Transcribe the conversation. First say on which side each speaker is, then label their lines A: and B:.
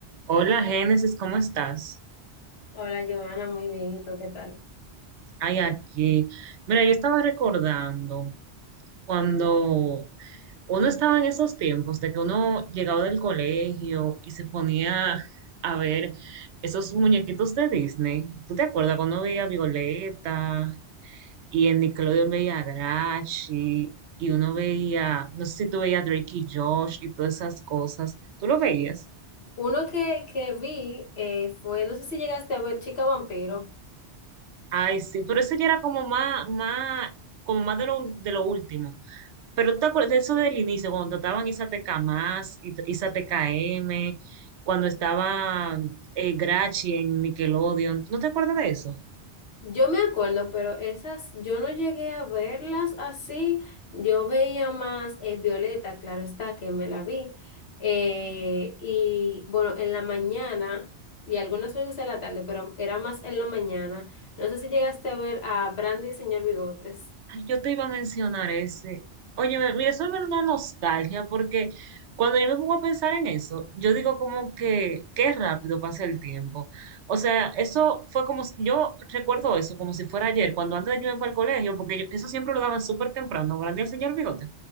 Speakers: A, on the right; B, on the left.
A: Hola Génesis, ¿cómo estás?
B: Hola, Joana, muy bien. ¿Y tú qué tal?
A: Ay, aquí. Mira, yo estaba recordando cuando uno estaba en esos tiempos de que uno llegaba del colegio y se ponía a ver esos muñequitos de Disney. ¿Tú te acuerdas cuando uno veía a Violeta y en Nickelodeon veía a Grachi y uno veía, no sé si tú veías a Drake y Josh y todas esas cosas? ¿Tú lo veías?
B: Uno que, que vi eh, fue, no sé si llegaste a ver Chica Vampiro.
A: Ay, sí, pero eso ya era como más, más, como más de lo, ul- de lo último. Pero tú te acuerdas de eso del inicio, cuando estaban Isateca Más, Isateca M, cuando estaba eh, Grachi en Nickelodeon. ¿No te acuerdas de eso?
B: Yo me acuerdo, pero esas yo no llegué a verlas así. Yo veía más eh, Violeta, claro está, que me la vi. Eh, y bueno, en la mañana y algunas veces en la tarde, pero era más en la mañana. No sé si llegaste a ver a Brandy y Señor Bigotes.
A: Ay, yo te iba a mencionar ese. Oye, me- mira, eso me da una nostalgia porque cuando yo me pongo a pensar en eso, yo digo como que qué rápido pasa el tiempo. O sea, eso fue como, si- yo recuerdo eso como si fuera ayer, cuando antes de yo irme para el colegio, porque yo- eso siempre lo daban súper temprano, grande el señor Bigote,